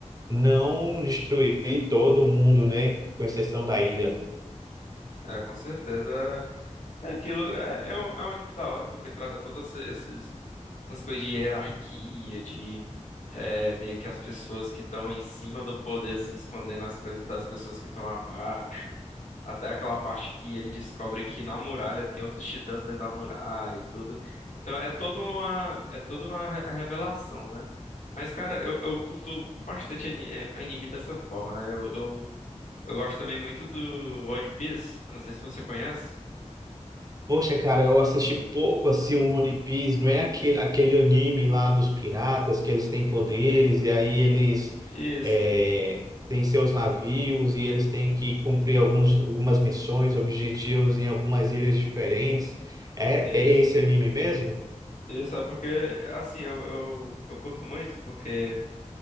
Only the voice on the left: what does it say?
É, com certeza. É aquilo, é, é um, é um anime da hora, porque trata todas esses, essas coisas de hierarquia, de é, meio que as pessoas que estão em cima do poder, assim, escondendo as coisas das pessoas que estão abaixo. Até aquela parte que ele descobre que na muralha tem outros titãs dentro da muralha e tudo. Então é toda uma, é toda uma re- revelação, né? Mas, cara, eu, eu curto bastante ani- eh, anime dessa forma, né? Eu, eu, eu gosto também muito do One Piece. Eu não sei se você conhece.
Isso,
isso.
Isso é porque, assim, eu, eu, eu curto muito, porque